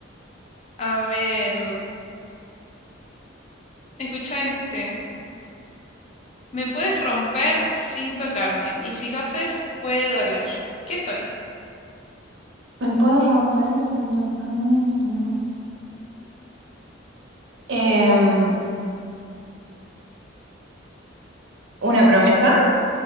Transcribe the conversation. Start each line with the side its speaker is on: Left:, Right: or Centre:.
Left: A ver, escucha este. Me puedes romper sin tocarme, y si lo haces, puede doler. ¿Qué soy?
Right: ¿Me puedo romper sin tocarme? si no- Em, ¿una promesa?